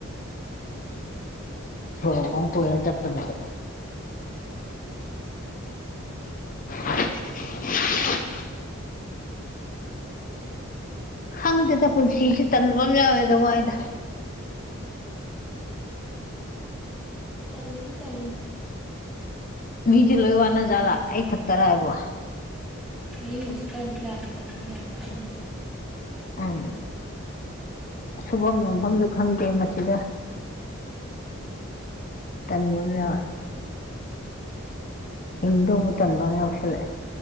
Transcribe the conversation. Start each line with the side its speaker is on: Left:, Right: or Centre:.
Left: ꯁꯣꯔꯣꯛ ꯑꯃ ꯀꯣꯏꯔꯒ ꯆꯠꯄꯗꯨꯗ <inaudible> ꯈꯪꯗꯦꯗ ꯄꯨꯟꯁꯤꯁꯤ ꯇꯟꯕ ꯑꯃ ꯌꯥꯎꯋꯦꯗ ꯋꯥꯏꯗ
Centre: ꯇꯟꯂꯨꯅꯨ ꯇꯟꯂꯨꯅꯨ
Left: ꯃꯤꯁꯦ ꯂꯣꯏ ꯋꯥꯅ ꯖꯥꯠꯂꯥ ꯑꯩ ꯈꯛꯇꯔ ꯍꯥꯏꯕꯣ
Centre: ꯃꯤ ꯍꯧꯖꯤꯛꯀꯥꯟꯗꯤ ꯂꯥꯟ ꯒꯤ ꯇꯝꯅꯤ ꯌꯥꯝ ꯋꯥꯅꯔꯤꯅꯤ
Left: <unintelligible> ꯁꯨꯐꯝ ꯅꯣꯝꯐꯝꯁꯨ ꯈꯪꯗꯦ ꯃꯁꯤꯗ ꯇꯟꯕꯥ ꯑꯃ ꯌꯧꯏ ꯍꯤꯡꯗꯧꯕ ꯇꯟꯕ ꯑꯃ ꯌꯥꯎꯁꯜꯂꯛꯑꯦ